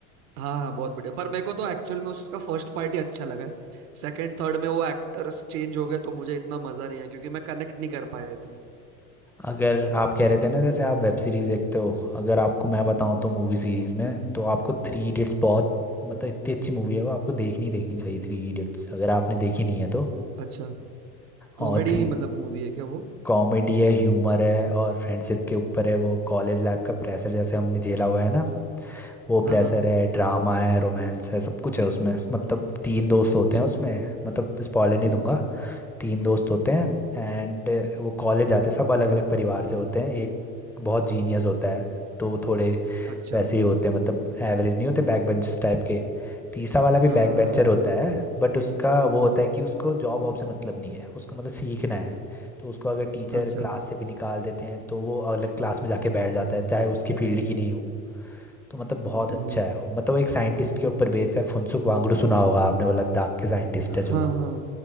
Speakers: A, on the right; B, in the centre.
A: हाँ हाँ बहुत बढ़िया पर मेरे को तो एक्चुअल में उसका फर्स्ट पार्ट ही अच्छा लगा है सेकंड थर्ड में वो एक्टर्स चेंज हो गए तो मुझे इतना मजा नहीं आया क्योंकि मैं कनेक्ट नहीं कर पाया इतना
B: अगर आप कह रहे थे ना जैसे आप वेब सीरीज देखते हो अगर आपको मैं बताऊं
A: हम्म
B: तो मूवी सीरीज में तो आपको थ्री इडियट्स बहुत मतलब इतनी अच्छी मूवी है वो आपको देखनी ही देखनी चाहिए थ्री इडियट्स अगर आपने देखी नहीं है तो
A: अच्छा कॉमेडी
B: और थ्री
A: मतलब मूवी है क्या वो
B: कॉमेडी है ह्यूमर है और फ्रेंडशिप के ऊपर है वो कॉलेज लाइफ का प्रेशर जैसे हमने झेला हुआ है ना वो प्रेशर
A: हाँ हाँ हाँ
B: है ड्रामा है रोमांस है सब कुछ है उसमें मतलब तीन दोस्त होते
A: अच्छा
B: हैं उसमें मतलब स्पॉइलर नहीं
A: हम्म
B: दूंगा तीन दोस्त होते हैं एंड वो कॉलेज आते सब अलग अलग परिवार से होते हैं एक बहुत जीनियस होता है तो थोड़े
A: अच्छा
B: वैसे ही होते हैं मतलब एवरेज नहीं होते बैक बेंचर्स टाइप के तीसरा वाला भी
A: हाँ
B: बैक
A: हाँ हाँ
B: बेंचर
A: हाँ,
B: होता है बट उसका वो होता
A: हम्म
B: है कि उसको जॉब वॉब से मतलब नहीं है उसको मतलब सीखना है तो उसको अगर टीचर
A: अच्छा
B: क्लास से भी निकाल देते हैं तो वो अलग क्लास में जाके बैठ जाता है चाहे उसकी फील्ड की नहीं हो तो मतलब बहुत
A: हम्म
B: अच्छा है वो मतलब वो एक साइंटिस्ट के ऊपर बेस्ड है फुनसुक वांगडू सुना होगा आपने वो लद्दाख के साइंटिस्ट
A: हाँ
B: है जो वो
A: हाँ